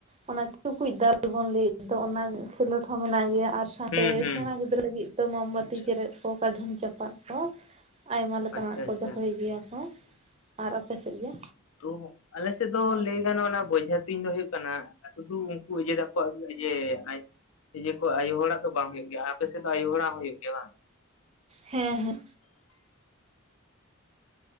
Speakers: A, on the right; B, on the left.
A: ᱚᱱᱟ ᱴᱩᱠᱩᱡ ᱫᱟᱞ ᱵᱚᱱ ᱞᱟᱹᱭ ᱫᱚ ᱚᱱᱟ ᱠᱷᱮᱞᱳᱰ ᱦᱚᱸ ᱢᱮᱱᱟᱜ ᱜᱮᱭᱟ ᱟᱨᱼᱼ ᱥᱟᱶᱛᱮ
B: ᱦᱩᱸ ᱦᱩᱸ
A: ᱥᱮᱬᱟ ᱜᱤᱫᱽᱨᱟᱹ ᱞᱟᱹᱜᱤᱫ ᱫᱚ ᱢᱟᱢᱵᱟᱹᱛᱤ
B: ᱟᱪᱪᱷᱟ
A: ᱡᱮᱨᱮᱫ ᱠᱚ ᱠᱟ ᱫᱷᱚᱢ ᱪᱟᱯᱟᱫ ᱠᱚᱼᱼ ᱟᱭᱢᱟ ᱞᱮᱠᱟᱱᱟᱜ
B: ᱟᱪᱪᱷᱟ
A: ᱠᱚ
B: ᱟᱪᱪᱷᱟ
A: ᱫᱚᱦᱚᱭ ᱜᱮᱭᱟ ᱠᱚ ᱟᱨ ᱟᱯᱮ ᱥᱮᱫ ᱜᱮ?
B: ᱛᱚ ᱟᱞᱮᱥᱮᱫ ᱫᱚ ᱞᱟᱹᱭ ᱜᱟᱱᱚᱜᱼᱟ ᱵᱮᱡᱷᱟ ᱛᱩᱧ ᱫᱚ ᱦᱩᱭᱩᱜ ᱠᱟᱱᱟ᱾ ᱥᱩᱫᱷᱩ ᱩᱱᱠᱩ ᱤᱡᱟᱹ ᱛᱟᱠᱚᱣᱟ ᱡᱮ ᱟᱭᱳᱼᱼ ᱤᱭᱟᱹ ᱠᱚ ᱟᱭᱳ ᱦᱚᱲᱟᱜ ᱫᱚ ᱵᱟᱝ ᱦᱩᱭᱩᱜ ᱜᱮᱭᱟ ᱟᱯᱮ ᱥᱮᱫ ᱫᱚ ᱟᱭᱳ ᱦᱚᱲᱟᱜ ᱦᱚᱸ ᱦᱩᱭᱩᱜ ᱜᱮᱭᱟ ᱵᱟᱝ?
A: ᱦᱮᱸ ᱦᱮᱸ